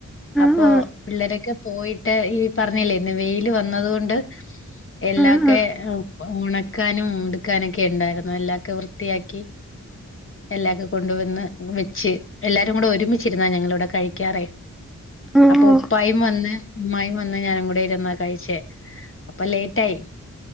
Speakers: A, in the centre; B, on the left (about 40°).
A: ആഹ്
B: അപ്പൊ പിള്ളേരൊക്കെ പോയിട്ട് ഈ പറഞ്ഞില്ലേ ഇന്ന് വെയില് വന്നത് കൊണ്ട് എല്ലാക്കെ
A: ആഹ് ആഹ് ആഹ്
B: ഉണക്കാനുംതുക്കാനൊക്കെ ഉണ്ടായിരുന്നു എല്ലാക്കെ വൃത്തിയാക്കി എല്ലാക്കെ കൊണ്ട വന്ന് വെച്ച് എല്ലാരും കൂടെ ഒരുമിച്ചിരുന്നാ ഞങ്ങളിവിടെ കഴിക്കാറ
A: ആഹ്
B: അപ്പൊ
A: ഓഹ്
B: ഉപ്പായും വന്ന് ഉമ്മായും വന്ന് ഞാനും കൂടെ ഇരുന്നാ കഴിച്ചേ അപ്പൊ ലേറ്റ് ആയി